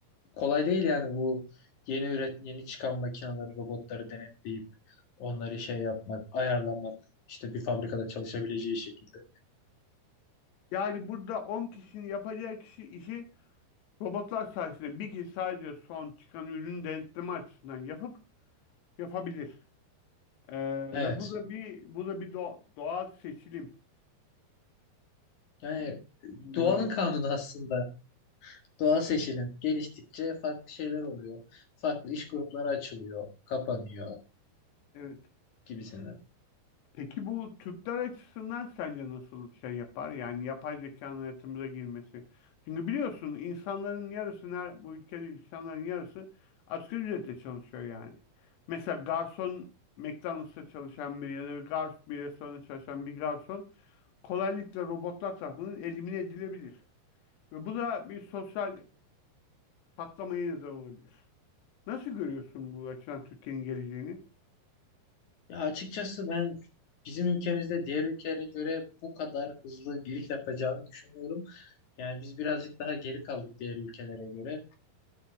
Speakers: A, on the left (about 55°); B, on the left (about 80°).
A: kolay değil yani bu yeni üret yeni çıkan makineleri robotları denetleyip onları şey yapmak, ayarlamak işte bir fabrikada çalışabileceği şekilde.
B: Yani burada 10 kişinin yapacağı kişi işi robotlar sayesinde bir kişi sadece son çıkan ürünü denetleme açısından yapıp yapabilir. Ee,
A: Evet.
B: ve bu da bir bu da bir doğa- doğal seçilim
A: Yani
B: gündeme
A: doğanın
B: getir.
A: kanunu aslında. Doğa seçilim geliştikçe farklı şeyler oluyor. Farklı iş grupları açılıyor, kapanıyor
B: Evet.
A: gibisinden.
B: Peki bu Türkler açısından sence nasıl şey yapar? Yani yapay zekanın hayatımıza girmesi. Çünkü biliyorsun insanların yarısı, ner- bu ülkede insanların yarısı asgari ücretle çalışıyor yani. Mesela garson McDonald's'ta çalışan biri ya da bir garson bir restoranda çalışan bir garson kolaylıkla robotlar tarafından elimine edilebilir. Ve bu da bir sosyal patlamaya neden olabilir. Nasıl görüyorsun bu açıdan Türkiye'nin geleceğini?
A: Ya açıkçası ben bizim ülkemizde diğer ülkelere göre bu kadar hızlı giriş yapacağını düşünmüyorum. Yani biz birazcık daha geri kaldık diğer ülkelere göre.